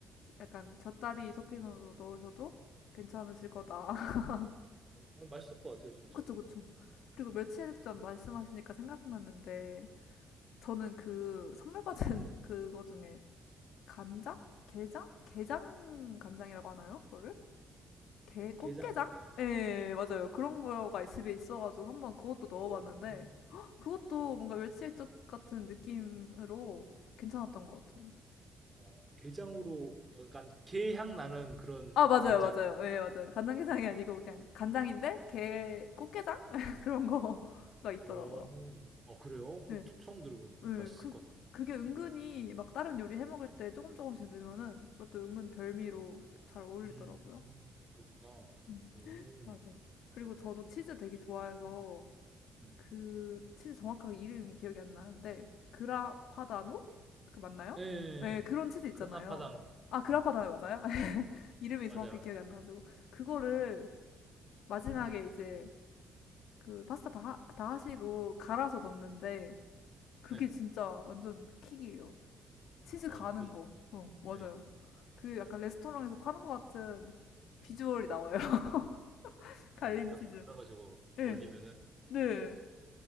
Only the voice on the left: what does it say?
약간 곁다리 토핑으로 넣으셔도 괜찮으실 거다. <laughs>
그쵸, 그쵸. 그리고
며칠 전 말씀하시니까 생각났는데 저는 그 선물 받은 <laughs> 그거 중에 간장? 게장? 게장 간장이라고 하나요? 그거를? 게 꽃게장?
예, 맞아요. 그런 거가 집에 있어가지고 한번 그것도 넣어봤는데
헉, 그것도 뭔가 멸치액젓 같은 느낌으로 괜찮았던 것 같아요.
아, 맞아요,
맞아요. 예, 맞아요. 간장게장이 아니고 그냥 간장인데 게 꽃게장? <laughs> 그런 거가 있더라고요.
예,
예,
그
그게 은근히 막 다른 요리 해 먹을 때 조금 조금씩 넣으면은 그것도 은근 별미로 잘 어울리더라고요.
음,
맞아요. 그리고 저도 치즈
되게 좋아해서
그 치즈 정확하게 이름이 기억이 안 나는데 그라파다노? 그 맞나요?
네,
그런 치즈 있잖아요.
아, 그라파다노
맞아요? <laughs> 이름이
정확하게
기억이 안 나가지고 그거를 마지막에 이제 그 파스타 다, 하- 다 하시고 갈아서 넣는데 그게
진짜 완전 킥이에요. 치즈
가는
거. 어, 맞아요.
그 약간 레스토랑에서 파는 것 같은 비주얼이 나와요. <laughs> 갈린
치즈.
예.
네.